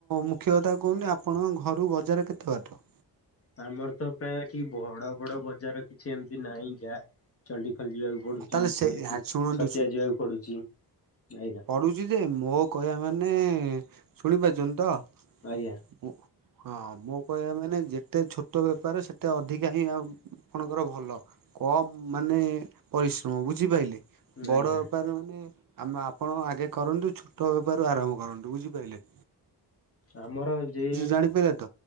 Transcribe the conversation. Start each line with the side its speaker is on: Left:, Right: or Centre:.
Right: ମୁଖ୍ୟ କଥା କୁହନ୍ତୁ ଆପଣଙ୍କ ଘରୁ ବଜାର କେତେ ବାଟ?
Left: ଆମର ତ ପ୍ରାୟଏଠି ବଡ ବଡ ବଜାର କିଛି ଏମିତି ନାହିଁ ଯାହା ଚଣ୍ଡିଖୋଲ ଯିବାକୁ ପଡୁଛି
Right: ଆଉ ତାହେଲେ ସେ
Left: ଯେହେତୁ
Right: ଶୁଣନ୍ତୁ
Left: ଛତିଆ ଯିବାକୁ ପଡୁଚି ଆଜ୍ଞା।
Right: ପଡ଼ୁଛି ଯେ ମୋ କହିବା ମାନେ ଶୁଣିପାରୁଛନ୍ତି ତ
Left: ଆଜ୍ଞା।
Right: ମୁଁ ହଁ ମୋ କହିବା ମାନେ ଯେତେ ଛୋଟ ବେପାର ସେତେ ଅଧିକା ହିଁ ଆ ଆପଣଙ୍କର ଭଲ କମ୍ ମାନେ ପରିଶ୍ରମ ବୁଝିପାଇଲେ? ବଡ଼
Left: ଆଜ୍ଞା
Right: ବେପାର ମାନେ ଆମେ ଆପଣ ଆଗେ କରନ୍ତୁ। ଛୋଟ ବେପାର ଆରମ୍ଭ କରନ୍ତୁ ବୁଝିପାରିଲେ।
Left: ଆମର ଯେ
Right: ଜାଣିପାରିଲେ ତ